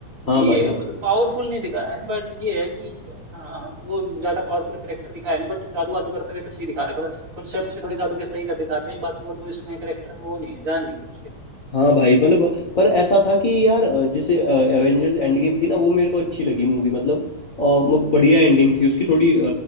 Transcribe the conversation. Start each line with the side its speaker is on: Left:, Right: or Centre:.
Left: हाँ
Right: ये
Left: भाई
Right: है मतलब पावरफुल नहीं दिखाया है बट ये है कि हाँ वो ज्यादा पावरफुल करेक्टर दिखाया नहीं बट जादू वादू करते हुए तो सही दिखा रखा है कॉन्सेप्ट से थोड़े जादू के सही कर दिखाते हैं बाकी और कोई उसमें करेक्टर में वो नहीं है जान नहीं है उसके
Left: हाँ भाई मतलब पर ऐसा था कि यार अ, जैसे एवेंजर्स एंड गेम थी ना वो मेरे को अच्छी लगी मूवी मतलब अ, म- बढ़िया एंडिंग थी उसकी थोड़ी